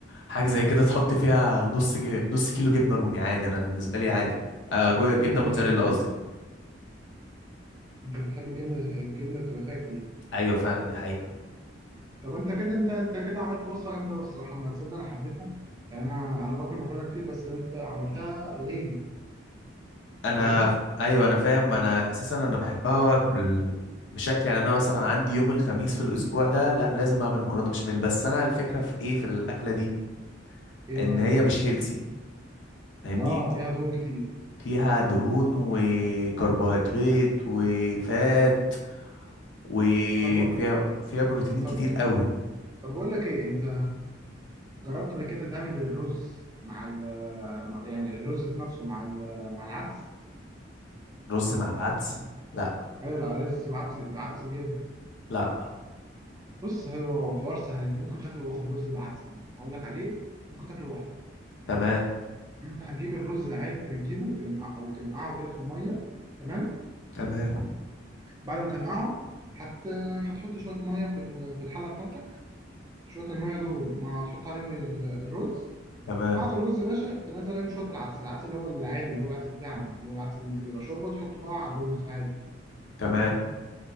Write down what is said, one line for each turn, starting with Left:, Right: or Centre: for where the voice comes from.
Left: حاجه زي كده تحط فيها نص جي... نص كيلو جبنه رومي عادي انا بالنسبه لي عادي
Right: <laughs>
Left: آه
Right: انت
Left: جو-
Right: بتحب
Left: جبنه
Right: الجبنه
Left: موتزاريلا
Right: فيها كتير
Left: قصدي
Right: انت بتحب الجبنه الجبنه تبقى فيها كتير
Left: ايوه فعلا دي حقيقه
Right: طب انت كده انت انت كده عملت وصفه جامده قوي الصراحه انا تصدق انا حبيتها يعني انا انا باكل مكرونه كتير بس انت عملتها غيري انت
Left: انا
Right: فاهم
Left: ايوه انا فاهم انا اساسا انا بحبها بال- بشكل يعني انا مثلا عندي يوم الخميس في الاسبوع ده لا لازم اعمل مكرونه بشاميل بس انا الفكره في ايه في الاكله دي
Right: ايه
Left: ان
Right: ما
Left: هي
Right: انا الاكل
Left: مش هيلسي فاهمني
Right: اه فيها دهون كتير
Left: فيها دهون وكربوهيدرات وفات وفيها
Right: طب
Left: فيها بروتين
Right: طب
Left: كتير قوي
Right: طب بقول لك ايه انت جربت قبل كده تعمل الرز مع ال مع- يعني الرز نفسه مع ال مع العدس
Left: رز مع العدس لا
Right: ايوه العدس بعدس العدس بجبن
Left: لا
Right: بص هو حوار سهل انت ممكن تاكله لوحده رز بعدس ده اقول لك عليه ممكن تاكله لوحده
Left: تمام
Right: انت هتجيب الرز العادي انت بتجيبه وتنقع وتنقعه كده في الميه تمام
Left: تمام
Right: بعد ما تنقعه هت هتحط شويه ميه في ال- في الحله بتاعتك شويه الميه دول ما هتحط عليهم ال- الرز
Left: تمام
Right: بعد الرز يا باشا تنزل عليهم شويه العدس العدس اللي هو العادي اللي هو العدس بتاعنا اللي هو العدس اللي انت بيبقى شوربه تحطه بقى على الرز عادي
Left: تمام